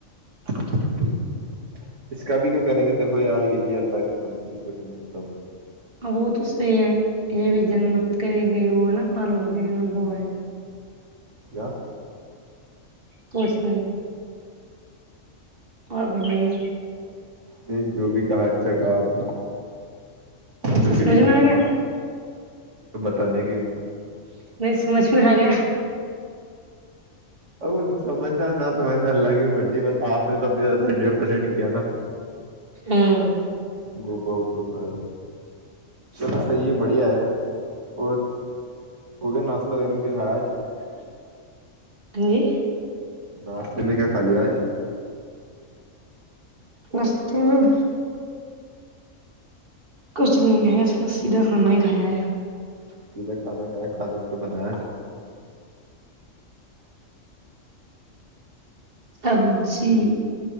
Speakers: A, on the right; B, on the right.
A: ہے اس کا بھی کیا کریں گے دیکھو یار عی اللہ کی منیو موسم
B: ہاں وہ تو صحی ہے یہ بھی جنمت کر گئی ہو نا پالو د ن ب ہے
A: یا
B: کچھ نہیں اور گمائیے
A: نہیں جو بھی کہا اچھا کہا آپ نے
B: اچ
A: شکریہ
B: چسمج میں آ گیا
A: ت نے گلی <unintelligible>
B: نہیں سمجھ میں آ گیا
A: ا سمجھنا نہ سمجنا اللہگے مرضی بس آپ نے توب زیاد ڈ پرسینٹ <unintelligible> کیا نا
B: ہوں
A: وہ بہ تو پ <inaudible> چلو صحیح ہے بڑھیا ہے اور ہو گیا ناشتہ وغیرہ میں کیا کھایا
B: ہ جی
A: ناشتے میں کیا کھا لیا آج
B: مستے میں کچھ نہیں کہا سیدھا کھانا ہی کھایا ہے
A: سیھا کھانا کھایا کھانے میں کا بناس
B: سبجی